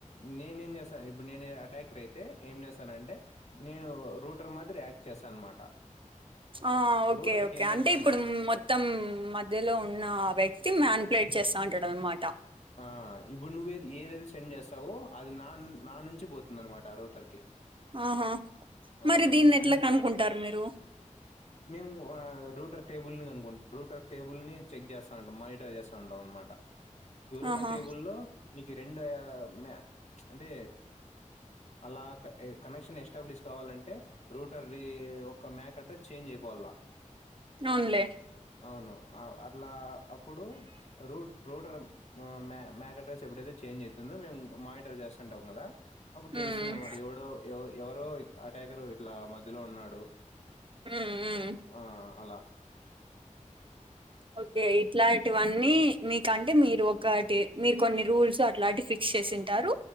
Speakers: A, on the left; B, on the right.
A: నేనేం చేస్ స్త ఇప్పుడు నేను అటాకర్ అయితే ఏం చేసానంటే నేను రూటర్ మాదిరి యాక్ చేస్త అనమాట
B: ఆ ఓకే
A: రూటర్కి
B: ఓకే
A: ఏం
B: అంటే
A: చెప్తానంటే
B: ఇప్పుడు మొత్తం మధ్యలో ఉన్న వ్యక్ తి మ్యాన్ ప్లేట్ చేస్తా ఉంటాడు అన్నమాట
A: ఆ ఇప్పుడు నువ్వే ఏదైతే సెండ్ చేస్తావో అది నా నా నుంచి పోతుందనమాట రూటర్కి
B: ఆహా
A: ఆ,
B: మరి దీన్ని ఎట్లా
A: అది
B: కనుకుంటారు మీరు
A: మేము ఆ రూటర్ టేబుల్ని కనుకుం రూటర్ టేబుల్ని చెక్ చేస్తాంటాం, మానిటర్ చేస్తాంటం నమాట ఎరుట
B: ఆహా
A: టేబుల్లో నీకు రెండు మ అంటే అలా కనెక్షన్ ఎస్టాబ్లిష్ కావాలంటే రూటర్ ఒక మ్యాక్ అ చేంజ్ అయిపోవాల
B: అవునులే
A: అవును అట్లా అప్పుడు రూట్ రూటర్ మ్యాక్ అడ్రస్ ఎప్పుడైతే చేంజ్ అవుతుందో మేము మానిటర్ చేస్తాం అంటాం కదా అప్పుడు తెలుస్తుంది
B: ఉమ్
A: అనమాట ఎవడో ఎవరో అటాకరు ఇట్లా మధ్యలో ఉన్నాడు డు
B: ఉమ్ ఉమ్
A: ఆ అలా
B: ఓకే ఇట్లాంటివన్నీ మీక అంటే మీరు ఒకటి మీరు కొన్ని రూల్స్ అట్లాంటి ఫిక్స్ చేసింటారు